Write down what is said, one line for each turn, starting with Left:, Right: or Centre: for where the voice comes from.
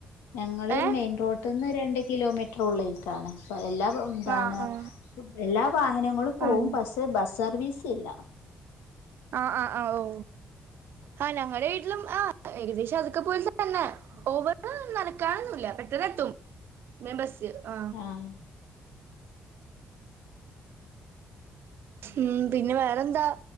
Left: ഞങ്ങള്
Right: ഏ
Left: മെയിൻ റോട്ന്ന് രണ്ടി കിലോമീറ്റർ ഉള്ളേക്കാണ് അപ്പോ എല്ലാ പ്പംന്താണ്
Right: ആഹ് ആഹ്
Left: എല്ലാം വാഹനങ്ങളും പോകും
Right: ആഹ്
Left: പസ്സേ ബസ്സ് സർവീസ് ഇല്ല
Right: ആ ആ ആ ഓ ആഹ് ഞങ്ങടെ വീട്ടിലും ആ ഏകദേശം അതൊക്കെ പോലെത്തന്നെ ഓവർ നടക്കാനൊന്നൂല്ല പെട്ടെന്ന് എത്തും മെബസ്സ് ആ
Left: ആഹ്
Right: ഉം പിന്നെ വേറെന്താ